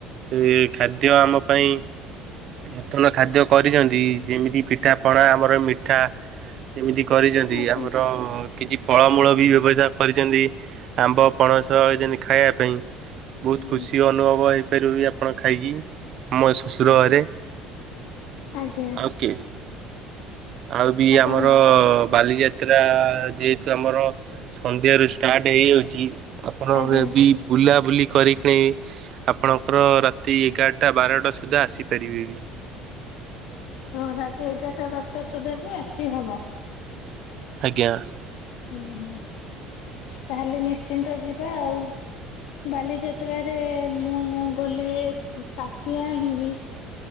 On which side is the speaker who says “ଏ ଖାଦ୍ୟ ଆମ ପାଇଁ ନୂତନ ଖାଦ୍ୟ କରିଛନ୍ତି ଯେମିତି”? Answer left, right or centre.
Right